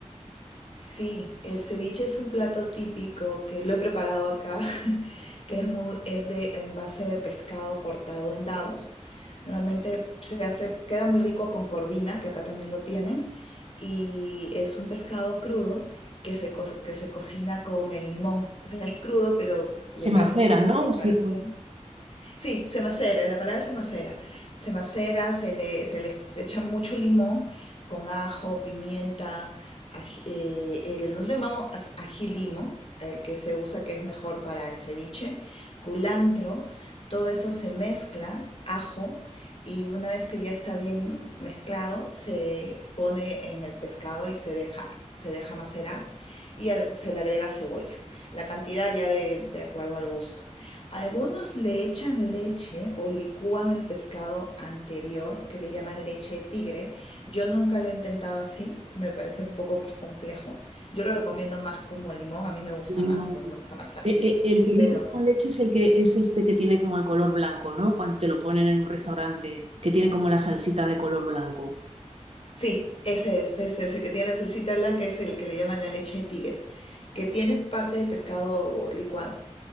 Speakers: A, on the left; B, on the right.
A: Sí, el ceviche es un plato típico que lo he preparado acá, <laughs> que es muy, es de en base de pescado cortado en dados. Normalmente se hace, queda muy rico con corvina, que acá también lo tienen, y es un pescado crudo que se, co- que se cocina con el limón. O sea, es crudo, pero le
B: Se macera,
A: haces una
B: ¿no?
A: preparación.
B: Así con
A: Sí, se macera, la palabra se macera. Se macera, se le, se le echa mucho limón con ajo, pimienta, ají- eh, el- nosotros le llamamos as- ají limo, el que se usa que es mejor para el ceviche, culantro, todo eso se mezcla, ajo, y una vez que ya está bien mezclado, se pone en el pescado y se deja, se deja macerar y al- se le agrega cebolla. La cantidad ya de de acuerdo al gusto. Algunos le echan leche o licúan el pescado anterior, que le llaman leche de tigre. Yo nunca lo he intentado así, me parece un poco más complejo. Yo lo recomiendo más como limón, a mí me gusta
B: limón.
A: más porque me gusta más ácido.
B: E- e- El que dices
A: Pero
B: con leche es el que es este que tiene como el color blanco, ¿no? Cuando te lo ponen en un restaurante, que tiene como la salsita de color blanco.
A: sí, ese es, ese es el que tiene salsita blanca, es el que le llaman la leche de tigre, que tiene parte de pescado licuado